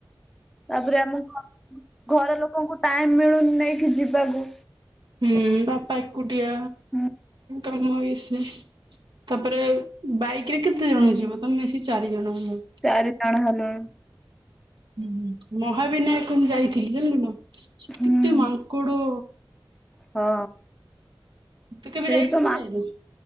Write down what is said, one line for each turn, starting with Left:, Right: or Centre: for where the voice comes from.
Centre: ତାପରେ ଆମ ଘର ଲୋକଙ୍କୁ ଟାଇମ ମିଳୁନି ନେଇକି ଯିବାକୁ।
Right: ହୁଁ ବାପା ଏକୁଟିଆ
Centre: ହୁଁ
Right: କାମ ହେଇସ ତାପରେ ବାଇକ ରେ କେତେ ଜଣ ଯିବ, ତମେ ମିଶିକି ଚାରି ଜଣ। ହେଲଣି।
Centre: ଚାରି ଜଣ ହେଲୁ।
Right: ହୁଁ ମହାବିନାୟକ ମୁ ଯାଇଥିଲି ଜାଣିଲୁ, କେତେ
Centre: ହୁଁ।
Right: ମାଙ୍କଡ
Centre: ହଁ।
Right: ତୁ କେବେ
Centre: ସେଇଠି
Right: ଯାଇଛୁ
Centre: ତ
Right: କି
Centre: ମା
Right: ଯାଇନୁ?